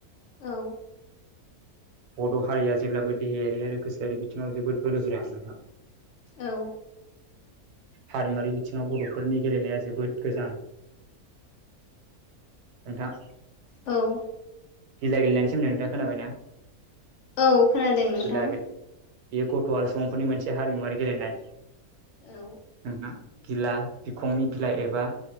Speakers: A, on the left (about 65°); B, on the right (about 85°).
A: औ
B: बड' हारिया जेब्लाबो देहायारि आरो गोसोआरि बिथिङाव जोबोद बोलो गोरा नोंथां।
A: औ
B: हारिमुवारि बिथिङाव बर'फोरनि गेलेनाया जोबोद गोजाम नोंथां
A: औ
B: गिला गेलनायनि सोमोन्दै नोंथां खोनाबायना?
A: औ खोनादों नोंथां।
B: गिला गेले बेयो गथ' आरो सुबुंफोरनि मोनसे हारिमुवारि गेलेनाय।
A: औ
B: नोंथां गिला बिखंनि गिला एबा